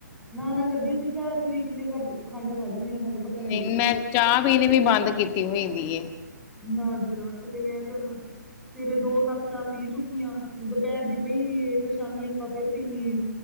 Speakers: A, in the centre; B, on the left (about 25°).
A: ਨਾ ਨਾ ਕਰਦੀ ਅਸੀਂ ਚਾਹ ਚ ਵੀ ਕਿੰਨੇ ਕੁ ਖੰਡ ਖਾ ਜਾਂਦੇ ਹਾਂ ਸਾਨੂੰ ਪਤਾ
B: ਨਈਂ,
A: ਨੀ ਲੱਗਦਾ
B: ਮੈਂ ਚਾਹ ਪੀਣੀ ਵੀ ਬੰਦ ਕੀਤੀ ਹੋਈ ਦੀ ਏ।
A: ਨਾ ਜੀ ਨਾ, ਸੀ ਤੇ ਮੈਂ ਤੇ ਨਾ ਸਵੇਰੇ ਦੋ ਕੱਪ ਚਾਹ ਪੀ ਚੁੱਕੀ ਆਂ। ਦੁਪਹਿਰ ਦੀ ਪਈ ਦੀ ਏ, ਫਿਰ ਸ਼ਾਮੀ ਆਪਾਂ ਫੇਰ ਪੀਣੀ ਏ।